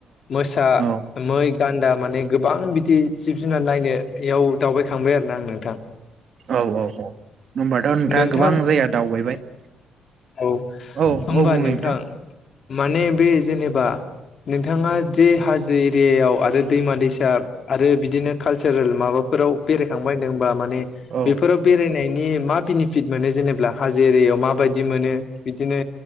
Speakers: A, on the left (about 50°); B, on the right (about 60°).
A: मोसा
B: औ
A: मै गान्दा माने गोबां बिदि जिब जुनार नायनोयाव दावबायखांबाय आरो ना आंङो।
B: औ औ औ होम्बाथ' नोंथाङा
A: नोंथां
B: गोबां जायगा दावबायबाय।
A: औ
B: औ
A: होनबा
B: औ बुंलाय
A: नोंथां माने बे जेनेबा नोंथाङा जे हाजो एरियायाव आरो दैमा दैसा आरो बिदिनो कालचारेल माबा फोराव बेरायखांबाय होनदोंहोनबा मान ने
B: औ
A: बेफोराव बेरायनायनि मा बिनिफिथ मोनो जेनेबा हाजो एरिआयाव माबादि‌ मोनो बिदिनो